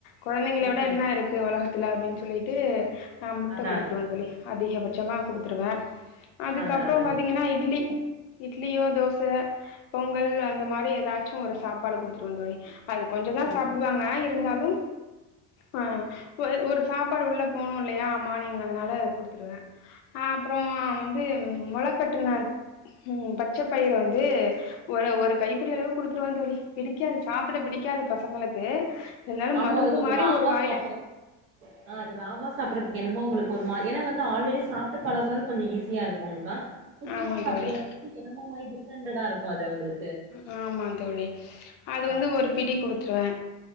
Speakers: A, on the left; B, on the right.
A: கொழந்தைங்
B: ஓகே
A: விட என்ன இருக்கு ஒலகத்துல அப்டின் சொல்லிட்டு ஆ முட்ட
B: அதா
A: குடுத்துருவே
B: அதா
A: தோழி அதிகபட்சமா குடுத்துருவே அதுக்கப்றோ
B: அதா அதாங்க
A: பாத்தீங்கன்னா இட்லி இட்லியோ தோச, பொங்கல் அந்த மாரி எதாச்சு ஒரு சாப்பாடு குடுத்துருவே தோழி அது கொஞ்ச தா
B: ஓகே
A: சாப்புடுவாங்க இருந்தாலு ஆ ஓ ஒரு சாப்பாடு உள்ள போணு இல்லையா மார்னிங் அதுனால குடுத்துருவே ஆ அப்றோ வந்து மொளக்கட்டுன ம் பச்ச பயிறு வந்து ஒரு ஒரு கைப்பிடி அளவு குடுத்துருவே தோழி பிடிக்காது சாப்பிட பிடிக்காது பசங்களுக்கு சில் நேரோ
B: ஆமா
A: மருந்து
B: அது கொஞ்சோ
A: மாரி
B: ராவா
A: ஒரு வாயில்
B: சாப்பறது ஆ அது ராவா சாப்ட்றத்துக்கு என்னமோ அவங்களுக்கு ஒரு மா ஏனா வந்து ஆல்ரெடி சாப்ட்டு பழகுனவ்ங் கொஞ்ச ஈஸியா இருக்குங்க்கா புதுசா
A: ஆமாம்
B: சாப்புட்றவங்க்கு
A: தோழி
B: என்னம்மோ மாரி டிஃப்ரெண்ட்டா தா இருக்கு அது அவுங்ளுக்
A: ஆ ஆமா தோழி அது
B: ஆ
A: வந்து ஒரு பிடி குடுத்துருவே